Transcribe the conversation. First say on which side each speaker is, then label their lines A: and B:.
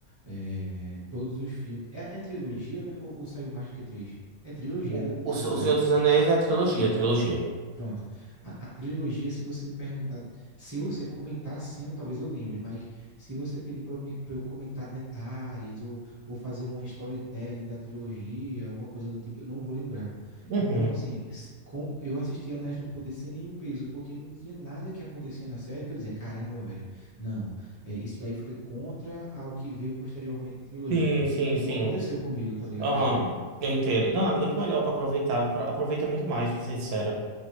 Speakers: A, on the right (about 25°); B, on the right (about 80°).
A: eh, todos os filmes. É, é trilogia, né? Ou, ou saiu mais do que três? É trilogia,
B: O,
A: né?
B: o,
A: Senhor
B: Se-
A: dos
B: o
A: Anéis?
B: Senhor dos Anéis é a trilogia, a trilogia.
A: Pronto. A, a trilogia, se você me perguntar, se você comentar a cena, talvez eu lembre, mas se você pedir para eu, me- pra eu comentar detalhes ou, ou fazer uma storytelling da trilogia, alguma coisa do tipo, eu não vou lembrar.
B: Uhum.
A: Então, assim, s- com- eu assisti Anéis do Poder sem nenhum peso, porque não tinha nada que acontecia na série que eu dizia, caramba, velho, não, é, isso daí foi contra ao que veio posteriormente na trilogia.
B: Sim, sim,
A: E
B: sim.
A: Não aconteceu comigo, tá ligado?
B: Aham.
A: Isso aí.
B: Eu entendo. Não, é muito melhor pra aproveitar. pra- Aproveita muito mais, pra ser sincero.